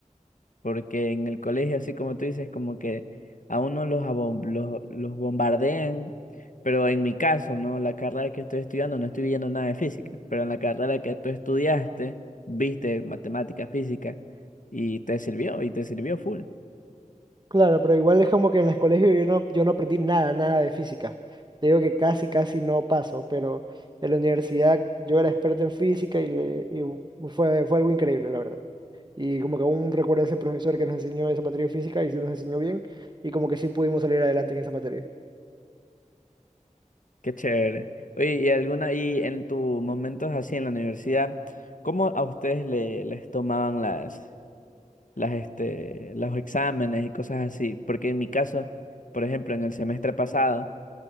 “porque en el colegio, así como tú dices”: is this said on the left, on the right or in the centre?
Left